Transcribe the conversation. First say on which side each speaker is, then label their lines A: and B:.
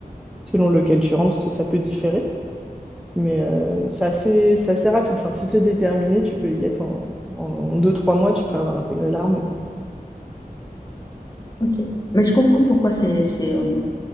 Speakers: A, in the centre; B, on the left.
A: selon lequel tu rentres, parce que ça peut différer. Mais euh, c'est assez, c'est assez rapide. Enfin, si tu es déterminé, tu peux y être en, en deux, trois mois, tu peux avoir intégré l'armée, quoi.
B: Ok. Mais je comprends pourquoi c'est, c'est, euh,